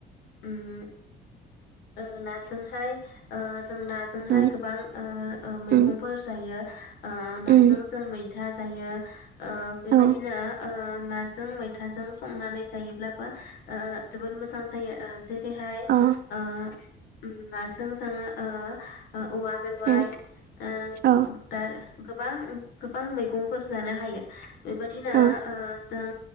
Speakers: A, on the left; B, on the right.
A: उम ओ नाजोंहाय ओ जों नाजोंहाय
B: उम
A: गोबां ओ ओ मैगंफोर
B: उम
A: जायो। ओ नाजों
B: उम
A: जों मैथास जायो ओ बेबायदिनो
B: औ
A: ओ नाजों मैथाजों संनानै जायोब्लाबो ओ जोबोद मोजां जायो। जेरैहाय
B: औ
A: ओ उम नाजों जोङो ओ ओ औवा मेवाइ
B: उम
A: ओ
B: औ
A: दार गोबां गोबां मैगंफोर जानो हायो। बेबायदिनो
B: औ
A: ओ जों